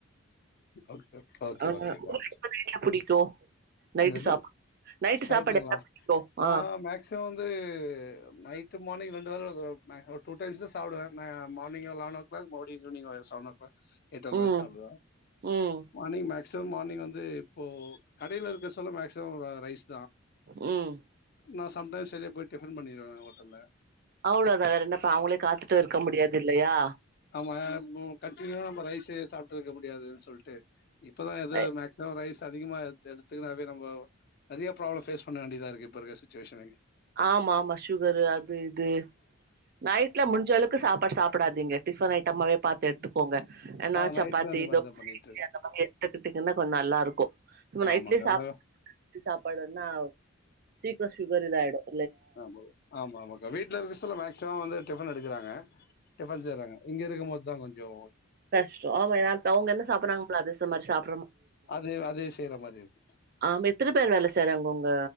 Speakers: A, on the left; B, on the right.
A: ஓகே ஓகே
B: ஆ உங்களுக்கு
A: ஓகேக்கா
B: எந்த நைட்ல புடிக்கும்? நைட்டு
A: எதுக்கா
B: சாப் நைட்டு
A: நைட்டுங்களா
B: சாப்பாடு என்ன பண்ணிக்கோ
A: நா
B: ஆ
A: மேக்சீமம் வந்து நைட்டு மார்னிங் ரெண் தோச சாப்ட்ட ஒரு டூ டைம்ஸ்தா சாப்டுவேன் ந மார்னிங்கு லெவன் ஓ கிளாக் மோ ஈவினிங்கு ஒரு seven o'clock eight o'clock
B: ம்
A: சாப்டுவோ
B: ம்
A: மார்னிங் மேக் சோ மார்னிங் வந்து இப்போ கடையில இருக்க சொல்ல மேக்சிமம் ரைஸ்
B: ம்
A: நா சம்டைம்ஸ் வெளிய போய் டிஃபன் பண்ணிருவன் ஹோட்டல்ல
B: அவ்ளோதா வேற என்னப்பா அவங்களே காத்துட்டு இருக்க முடியாது இல்லையா
A: ஆமா பு கண்டினியுவா நம்ப ரைசே சாப்ட்டு இருக்க முடியாதுன் சொல்ட் டு இப்பதா எதோ
B: அ
A: மேக்சிமம் ரைஸ் அதிகமா எடு எடுத் துக்குனாவே நம்போ நறையா ப்ராப்ளம் ஃபேஸ் பண்ண வேண்டியதா இருக்கு இப்ப இருக்க சுச்சிவேஷனுக்கு
B: ஆமா ஆமா சுகரு அது இது நைட்ல முடிஞ்ச அளவுக்கு சாப்பாட் சாப்டாதீங்க டிஃபன் ஐட்டமாவே பாத்து எடுத்துக்கோங்க எதனா
A: ஆ
B: சப்பாத்தி
A: நைட்ல அந்த மாதிரி
B: தோச
A: தான் பண்ணிட்டு
B: இட்லி
A: இருக்கு
B: அந்த மாதிரி எடுத்துக்கிட்டீங்கன்னா கொண் நல்லா இருக்கு இப்ப நைட்லே
A: ஆமாக்கா
B: சாப்
A: அதான்
B: சாப்பாடுனா சீக்கிர சுகர் இதாயிடும்
A: ஆமா ஆமா ஆமாக்கா வீட்ல இருக்க சொல்ல மேக்சிமம் வந்து டிஃபன் எ டுக்கிறாங்க டிஃபன் செய்றாங்க இங்கிருக்கமோது இதா கொஞ்சோ
B: கஷ்டம் ஆமானா இப்ப அவுங்க என்ன சாப்பறாங்கன் பிளாரஸ் இந்த மாரி சாப்
A: அதே அதே செய்றமாரி இருக்
B: ஆம் எத்தன பேர் வேல செய்றாங்க உங்க